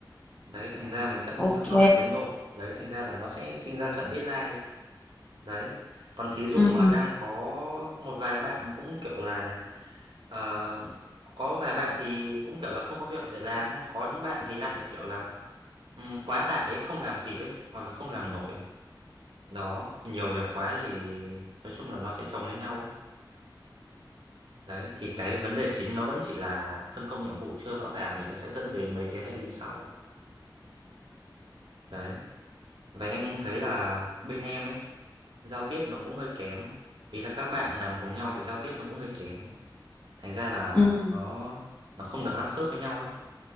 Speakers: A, on the right; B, on the left.
A: đấy thành ra mình sẽ không
B: Ok.
A: theo dõi được tiến độ đấy thành ra là nó sẽ sinh ra chậm deadline đấy còn thí dụ
B: Ừ,
A: mà đang có một vài bạn cũng kiểu là ờ, có vài bạn thì cũng kiểu là không có việc để làm không có những bạn thì lại kiểu là ừm, quá tải ấy, không làm kịp ấy hoặc là không làm nổi đó thì nhiều việc quá thì nói chung là nó sẽ chồng lên nhau ấy đấy thì cái vấn đề chính nó vẫn chỉ là phân công nhiệm vụ chưa rõ ràng thì nó sẽ dẫn đến mấy cái hệ lụy sau đấy và em thấy là bên em ấy giao tiếp nó cũng hơi kém ý là các bạn làm cùng nhau thì giao tiếp nó cũng hơi kém thành ra là
B: ừ,
A: nó nó không được ăn khớp với nhau ấy